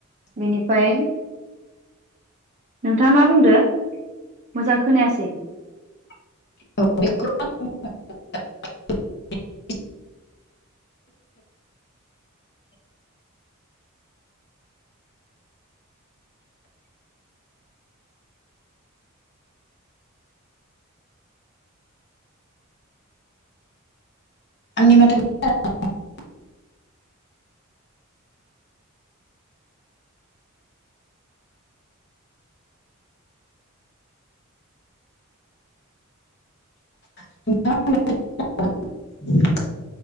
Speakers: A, on the right (about 35°); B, on the left (about 55°).
A: बेनिफ्राय <inaudible> नोंथाङा मा बुंदो मोजां खोनायासै
B: <inaudible> आंनि माथो <inaudible> <unintelligible>